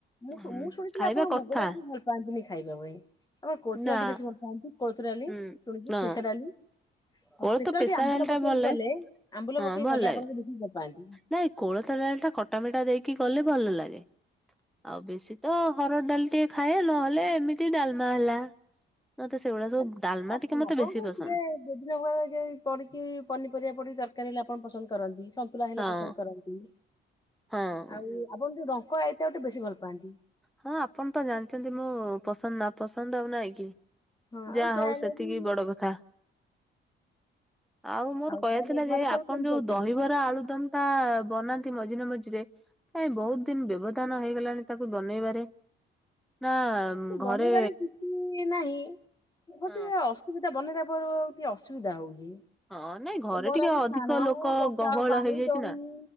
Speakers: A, on the left; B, in the centre.
A: ମୁଁ
B: ହୁଁ
A: ମୁଁ ଶୁଣିଥିଲି
B: ଖାଇବା
A: ଆପଣ
B: କଥା
A: ମୁଗର ଭଲ ପାଆନ୍ତିନି ଖାଇବା ପାଇଁ ଆପଣ କୋଳଥ୍
B: ନା
A: ଡ଼ାଲିଟି ବେଶୀ ଭଲ ପାଆନ୍ତି। କୋଳଥ ଡ଼ାଲି
B: ହୁଁ
A: ଶୁଣିଚି
B: ହଁ
A: ଫେସା ଡ଼ାଲି। ସ୍ପେସାଲ୍
B: କୋଳଥ ପେସା
A: ଟି ଆମ୍ବୁଲ
B: ଡାଲି ଟା
A: ପକେଇକି
B: ଭଲ ଲାଗେ
A: କଲେ ଆମ୍ବୁଲ
B: ହଁ
A: ପକେଇ
B: ଭଲ
A: କଲେ
B: ଲାଗେ
A: ଆପଣଙ୍କୁ ବହୁତ ଭଲ ପାଆନ୍ତି।
B: ନାଇଁ କୋଳଥ ଟା କଟାମିଟା ଦେଇକି ଗଲେ ଭଲ ଲାଗେ। ଆଉ ବେଶୀ ତ ହରଡ଼ ଡାଲି ଟିକେ ଖାଏ ନହେଲେ ଏମିତି ଡା଼ଲମା ହେଲା। ମତେ ସେଗୁଡ଼ା ସବୁ।
A: ଆପଣ
B: ଡାଲମା ଟିକେ
A: କଣ
B: ମତେ
A: କହୁଥିଲେ
B: ବେଶୀ ପସନ୍ଦ
A: ବିଭିନ୍ନ ପ୍ରକାର ପଡ଼ଛିି ପନିପରିବା ପଡଛିି ତରକାରୀ ହେଲେ ଆପଣ। ପସନ୍ଦ କରନ୍ତି ସନ୍ତୁଲା ହେଲେ
B: ହଁ
A: ପସନ୍ଦ କରନ୍ତି
B: ହଁ।
A: ଆଉ ଆପଣ ଯୋଉ। <unintelligible> ଆଇତା କୁ ଟିକେ ବେଶୀ ଭଲ ପାଆନ୍ତି।
B: ହଁ ଆପଣ ତ ଜାଣିଛନ୍ତି ମୁଁ ପସନ୍ଦ ନା ପସନ୍ଦ ଆଉ ନାଇଁ କି।
A: ହଁ ଆଉ
B: ଯାହା
A: ଯାହାହେଲେ
B: ହଉ ସେତିକି
A: ବି
B: ବଡ଼ କଥା। ଆଉ ମୋର କହିବା
A: ତାହେଲେ
B: ଥିଲା
A: ଘରେ
B: ଯେ
A: ସବୁ
B: ଆପଣ
A: କେମିତି
B: ଯୋଉ
A: ଅଛନ୍ତି?
B: ଦହିବରା ଆଳୁଦମ ଟା ବନାନ୍ତି। ମଝିରେ ମଝିରେ କାଇ ବହୁତ ଦିନ ବ୍ୟବଧାନ ହେଇଗଲାଣି ତାକୁ ବନେଇବାରେ। ନା
A: ବନେଇବାରେ
B: ଘରେ
A: କିଛି ନାହିଁ ଗୋଟେ
B: ହଁ
A: ଅସୁବିଧା। ବନେଇବାବ ପୂର୍ବରୁ ଟିକେ ଅସୁବିଧା ହଉଚି।
B: ହଁ। ନାଇଁ
A: ସେ
B: ଘରେ
A: ବରାକୁ
B: ଟିକେ ଅଧିକ
A: ଛାଣ
B: ଲୋକ
A: ବସାଅ
B: ଗହଳ
A: ପାଇଁ
B: ହେଇଯାଇଛି
A: ଦହି
B: ନା